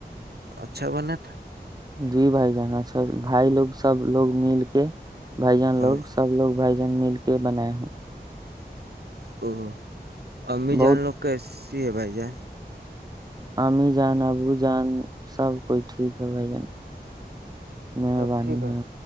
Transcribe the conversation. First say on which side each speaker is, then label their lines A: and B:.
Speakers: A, on the right; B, on the right.
A: اچھا بنا تھا
B: جی بھائی جانا اچھا بھائی لوگ سب لوگ مل کے بائی جان
A: اور
B: لوگ سب لوگ بھائی جان مل کے بنائے ہیں
A: ہ ہاں امی
B: بہت
A: جان لو کہس ج بھائی جائے
B: عاممی جان ابو جان سب کوئی ٹھیک ہے بھائی جان مہربانی
A: سب ٹھیک
B: ہے